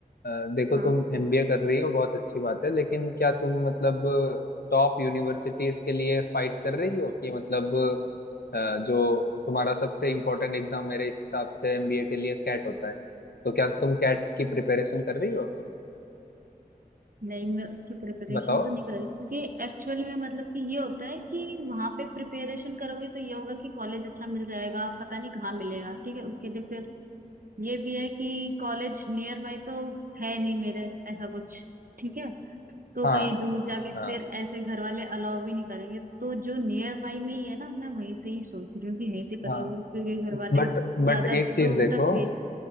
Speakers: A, on the left (about 90°); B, on the right (about 65°).
A: अ, देखो
B: हाँ
A: तुम एमबीए कर रही हो बहुत अच्छी बात है लेकिन क्या तुम मतलब टॉप यूनिवर्सिटीज के लिए फाइट कर रही हो कि मतलब अ, जो तुम्हारा सबसे इम्पोर्टेंट एग्जाम मेरे हिसाब से एमबीए के लिए कैट होता है तो क्या तुम कैट की प्रिपरेशन कर रही हो
B: नहीं मैं उसकी प्रिपरेशन
A: बताओ
B: तो नहीं कर रही क्योंकि एक्चुअल में मतलब कि ये होता है कि वहां पे प्रिपरेशन करोगे तो ये होगा कि कॉलेज अच्छा मिल जाएगा पता नहीं कहाँ मिलेगा ठीक है उसके लिए ये भी है कि कॉलेज नियर बाय तो है नहीं मेरे ऐसा कुछ ठीक है तो
A: हाँ
B: कहीं दूर जाके
A: हाँ
B: फिर ऐसे घर वाले अलाउ भी नहीं करेंगे तो जो नियर बाय में ही है ना मैं वहीं से ही सोच रही हूँ कि यहीं से कर
A: हाँ
B: लूँ क्योंकि घर वाले
A: बट
B: ज्यादा
A: बट एक
B: दूर
A: चीज देखो
B: तक भेज